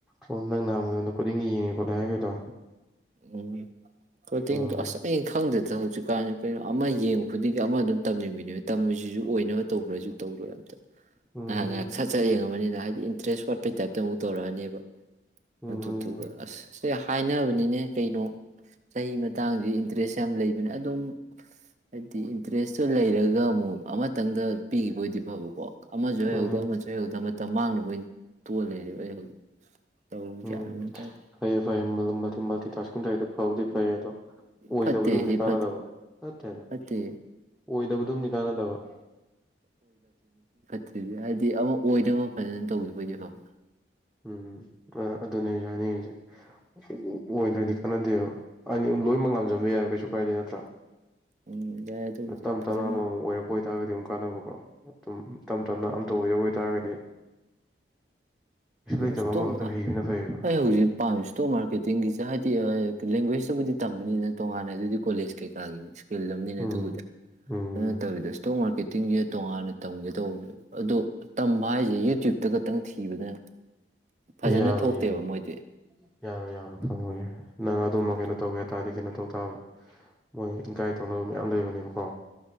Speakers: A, in the centre; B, on the right (about 40°).
A: ꯑꯣ ꯅꯪ ꯅꯍꯥꯟ ꯃꯨꯛ ꯅꯈꯨꯠ ꯏꯪꯉꯤ ꯌꯦꯡꯉꯦ ꯈꯣꯠꯂꯦ ꯍꯥꯏꯈꯤꯕꯗꯣ
B: ꯎꯨꯝ ꯐ꯭ꯂ‌ꯣꯇꯤꯡꯗꯣ
A: ꯎꯝ
B: ꯑꯁ ꯑꯩ ꯈꯪꯗꯦ ꯑꯗꯨ ꯍꯧꯖꯤꯛꯀꯥꯟꯁꯤ ꯀꯩꯅꯣ ꯑꯃ ꯌꯦꯡꯕ ꯈꯨꯗꯤꯡꯒꯤ ꯑꯃ ꯑꯗꯨꯝ ꯇꯝꯅꯤꯡꯕꯤꯅꯦꯃꯤ ꯇꯝꯃꯤꯁꯤꯁꯨ ꯑꯣꯏꯅꯕ ꯇꯧꯕ꯭ꯔꯥꯁꯨ ꯇꯧꯔꯣꯏ ꯑꯝꯇ
A: ꯎꯝ
B: ꯉꯥꯏꯍꯥꯛ ꯉꯥꯏꯍꯥꯛ ꯁꯠ ꯁꯠ ꯌꯦꯡꯉꯝꯃꯥꯅꯤꯅ ꯍꯥꯏꯗꯤ ꯏꯟꯇꯔꯦꯁ ꯋꯥꯠꯄꯩ ꯇꯥꯏꯞꯇ ꯑꯃꯨꯛ ꯇꯧꯔꯛꯑꯅꯦꯕ
A: ꯎꯝ
B: ꯑꯗꯨꯗꯨꯒꯥ ꯑꯁ ꯁꯦ-ꯍꯥꯏꯅꯕ ꯅꯤꯅꯦ ꯀꯩꯅꯣ ꯆꯍꯤ ꯃꯇꯥꯡꯁꯤ ꯏꯟꯇꯔꯦꯁ ꯌꯥꯝ ꯂꯩꯕꯅꯦ ꯑꯗꯨꯝ ꯍꯥꯏꯗꯤ ꯏꯟꯇꯔꯦꯁꯇꯨ ꯂꯩꯔꯒ ꯑꯃꯨꯛ ꯑꯃꯇꯪꯗ ꯄꯤꯈꯤꯕꯣꯏꯗꯤ ꯐꯕꯀꯣ ꯑꯃꯁꯨ ꯍꯩꯍꯧꯗ
A: ꯎꯝ
B: ꯑꯃꯁꯨ ꯍꯩꯍꯧꯗ ꯇ ꯃꯥꯡꯅꯕ ꯑꯣꯏꯅ ꯇꯣꯛꯑ ꯂꯩꯔꯦꯕ ꯑꯩ ꯍꯧꯖꯤꯛ ꯇꯧ
A: ꯎꯝ
B: ꯒ꯭ꯌꯥꯟ ꯃꯦꯟ ꯇꯥꯗꯦ
A: ꯐꯩꯌꯦ ꯐꯩꯌꯦ ꯃꯗꯨꯃꯒꯝ ꯇꯥꯁꯀꯤꯡ ꯇꯧꯔꯤꯗꯣ ꯐꯥꯎꯗꯤ ꯐꯩ ꯑꯗꯣ ꯑꯣꯏꯗꯕꯗꯨꯝꯗꯤ
B: ꯐꯠꯇꯦ ꯁꯤ
A: ꯀꯥꯟꯅꯗꯕ
B: ꯐꯠ
A: ꯅꯠꯇꯦꯗ
B: ꯐꯠꯇꯦ
A: ꯑꯣꯏꯗꯕꯗꯨꯝꯗꯤ ꯀꯥꯟꯅꯗꯕ-
B: ꯇ꯭ꯔꯤꯁꯤ ꯍꯥꯏꯗꯤ ꯗꯤ ꯑꯃ ꯑꯣꯏꯅꯕ ꯑꯃ ꯐꯖꯅ ꯇꯧꯗꯕꯩꯗꯤ ꯐꯕ
A: ꯎꯨꯝ ꯑꯗꯨꯅꯦ ꯑꯩꯁꯨ ꯍꯥꯏꯅꯤꯡꯉꯁꯦ ꯍ ꯎ ꯑꯣꯏꯗ꯭ꯔꯗꯤ ꯀꯥꯟꯅꯗꯦꯕ ꯑꯅꯤ ꯂꯣꯏꯅꯃꯛ ꯉꯝꯖꯟꯕ ꯌꯥꯏꯕ ꯀꯩꯁꯨ ꯀꯥꯏꯗ ꯅꯠꯇ꯭ꯔꯥ
B: ꯎꯝ ꯌꯥꯏ ꯑꯗꯨꯕꯨꯗꯤ
A: ꯇꯞ
B: ꯐꯖꯅ
A: ꯇꯞꯅ ꯑꯃꯃꯝ ꯑꯣꯏꯔꯛꯄ ꯑꯣꯏꯇꯥꯔꯒꯗꯤ ꯑꯗꯨꯝ ꯀꯥꯟꯅꯕꯀꯣ ꯑꯗꯨꯝ ꯇꯞ ꯇꯞꯅ ꯑꯝꯇꯧꯕ ꯑꯣꯏꯗꯧ ꯑꯣꯏꯇꯥꯔꯒꯗꯤ ꯀꯩꯁꯨ
B: ꯏꯁꯇꯣꯛ
A: ꯂꯩꯇꯕ ꯑꯃꯈꯛꯇ ꯍꯩꯕꯅ ꯐꯩꯌꯦꯕ
B: ꯑꯩ ꯍꯧꯖꯤꯛ ꯄꯥꯝꯃꯤꯁꯤ ꯏꯁꯇꯣꯛ ꯃꯥꯔꯀꯦꯇꯤꯡꯒꯤꯁꯦ ꯍꯥꯏꯗꯤ ꯂꯦꯡꯒ꯭ꯋꯦꯖꯇꯨꯕꯨꯗꯤ ꯇꯝꯃꯥꯅꯤꯅꯦ ꯇꯣꯉꯥꯟꯅ ꯑꯗꯨꯗꯤ ꯀꯣꯂꯦꯖ ꯀꯩꯀꯥꯒꯤꯅꯤ ꯑꯃꯅꯤꯅꯤꯅ
A: ꯎꯝ
B: ꯑꯗꯨꯕꯨꯗꯤ
A: ꯎꯝ
B: ꯑꯗꯨꯅ ꯇꯧꯔꯤꯗꯣ ꯏꯁꯇꯣꯛ ꯃꯥꯔꯀꯦꯠ ꯇꯤꯡꯁꯦ ꯇꯣꯉꯥꯟꯅ ꯇꯝꯒꯦ ꯇꯧꯕꯅꯦ ꯑꯗꯣ ꯇꯝꯕ ꯍꯥꯏꯁꯦ ꯌꯨꯇ꯭ꯌꯨꯕꯇ ꯈꯛꯇꯪ ꯊꯤ ꯏꯕꯅ ꯐꯖꯅ
A: ꯌꯥꯔꯣꯏꯌꯦ
B: ꯊꯣꯛꯇꯦꯕ ꯃꯣꯏꯗꯤ
A: ꯌꯥꯔꯣꯏ ꯌꯥꯔꯣꯏ ꯐꯪꯉꯣꯏꯌꯦ ꯅꯪ ꯑꯗꯨꯃ
B: ꯑꯗꯣ
A: ꯀꯩꯅꯣ ꯇꯧꯒꯦ ꯇꯥꯔꯗꯤ ꯀꯩꯅꯣ ꯇꯧ ꯇꯥꯕꯔ ꯃꯣꯏ ꯒꯥꯏꯗ ꯇꯧꯅꯕ ꯃꯌꯥꯝ ꯂꯩꯕꯅꯦꯕꯀꯣ